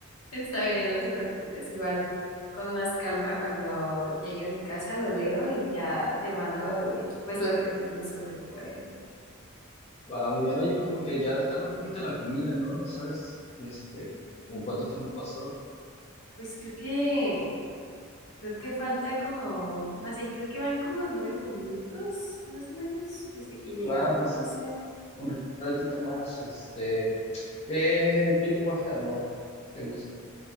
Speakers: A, on the left (about 75°); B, on the left (about 30°).
A: Está bien, no te preocupes. Igual con más calma cuando llegue a mi casa lo leo y ya te mando eh, pues lo que opino sobre el poema.
B: Va, muy bien, oye, como que ya tardó un poquito la comida, ¿no? ¿No sabes, este, como
A: Mm.
B: cuánto tiempo pasó?
A: Pues creo que creo que falta como, más bien creo que van como nueve minutos más o menos desde que llegamos,
B: Ah, pues
A: no sé.
B: un ratito más, este, ¿qué, qué lenguaje de amor te gusta?